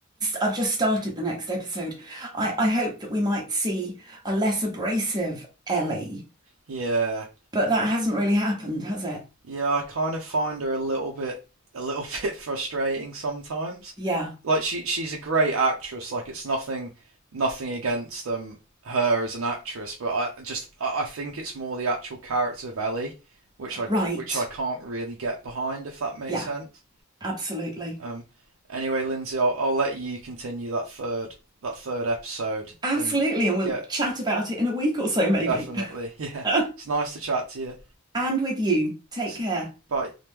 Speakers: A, on the right; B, on the right.
A: I've just started the next episode. I, I hope that we might see a less abrasive Ellie,
B: Yeah.
A: but that hasn't really happened, has it?
B: Yeah, I kind of find her a little bit a little <laughs> bit frustrating sometimes.
A: Yeah,
B: Like she she's a great actress. Like it's nothing nothing against um her as an actress, but I just I, I think it's more the actual character of Ellie, which I
A: right.
B: which I can't really get behind if that makes
A: Yeah,
B: sense.
A: absolutely.
B: Um anyway, Lindsay, I'll I'll let you continue that third that third episode
A: Absolutely.
B: and
A: And we'll
B: get
A: chat about it in a week or so, maybe.
B: definitely. <laughs> Yeah.
A: <laughs>
B: It's nice to chat to you.
A: And with you, take
B: S-
A: care.
B: Bye.